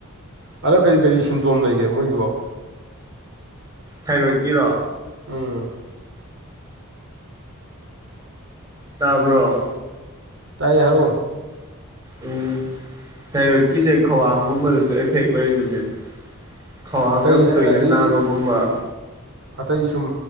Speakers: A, on the right; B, on the right.
A: ꯑꯗꯣ ꯀꯔꯤ ꯀꯔꯤ ꯁꯤꯝꯇꯣꯝ ꯂꯩꯒꯦ ꯃꯣꯏꯒꯤꯕꯣ
B: ꯊꯥꯏꯔꯣꯏꯗꯀꯤꯔꯣ
A: ꯎꯝ
B: ꯇꯥꯕ꯭ꯔꯣ
A: ꯇꯥꯏꯌꯦ ꯍꯥꯏꯔꯣ
B: ꯎꯝ ꯊꯥꯏꯔꯣꯏꯠꯀꯤꯁꯦ ꯈꯋꯥꯡꯒꯨꯝꯕꯗꯁꯨ ꯑꯦꯐꯦꯛ ꯂꯩꯕꯅꯦ ꯈꯋꯥꯡ
A: ꯑꯇꯩ
B: ꯌꯥꯝ
A: ꯑꯩꯅꯗꯤ
B: ꯇꯣꯏꯅ ꯅꯥꯕꯒꯨꯝꯕ
A: ꯑꯇꯩ ꯁꯨꯝ